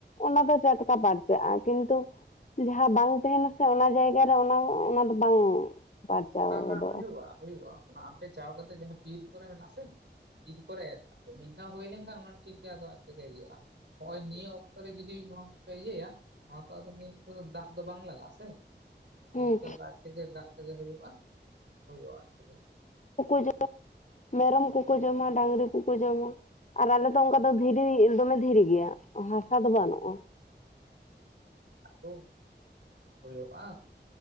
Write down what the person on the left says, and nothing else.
ᱚᱱᱟ ᱫᱚ ᱴᱟᱴᱠᱟ ᱯᱟᱨᱪᱟᱜᱼᱟ ᱠᱤᱱᱛᱩ ᱡᱟᱦᱟᱸ ᱵᱟᱝ ᱛᱟᱦᱮᱱᱟ ᱥᱮ ᱚᱱᱟ ᱡᱟᱭᱜᱟ ᱨᱮ ᱚᱱᱟ ᱚᱱᱟ ᱫᱚ ᱵᱟᱝ ᱯᱟᱨᱪᱟᱣ
ᱜᱚᱫᱚᱜᱼᱟ
ᱦᱮᱸ
ᱚᱠᱚᱭ ᱡᱚ ᱠᱚ ᱢᱮᱨᱚᱢ ᱠᱚᱠᱚ ᱡᱚᱢᱟ ᱰᱟᱺᱝᱨᱤ ᱠᱚᱠᱚ ᱡᱚᱢᱟ, ᱟᱨ ᱟᱞᱮᱫᱚ ᱚᱱᱠᱟ ᱫᱚ ᱫᱷᱤᱨᱤ ᱫᱚᱢᱮ ᱫᱷᱤᱨᱤ ᱜᱮᱭᱟ ᱦᱟᱥᱟ ᱫᱚ ᱵᱟᱹᱱᱩᱜᱼᱟ ᱾